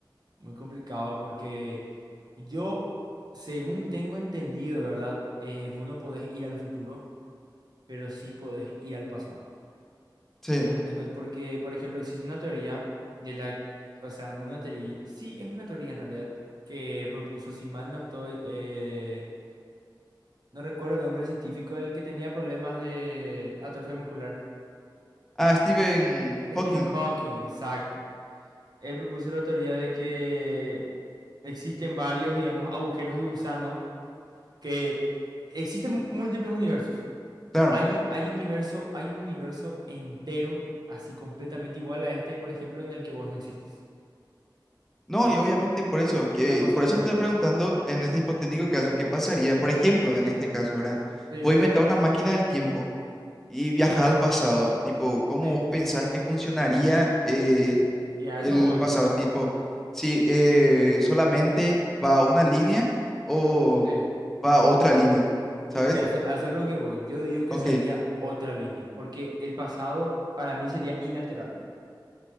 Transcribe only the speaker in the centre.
Sí.
Ah, Stephen
Hawking,
claro.
No,
y obviamente por eso,
que
por eso estoy preguntando en este hipotético caso, ¿qué pasaría? Por ejemplo, en este caso, ¿verdad?
Fue inventar una máquina del tiempo y viajar
al pasado, tipo, ¿cómo
vos pensás que funcionaría? eh,
el
pasado, tipo, si eh, solamente va una línea o
va otra línea,
¿sabes?
Ok,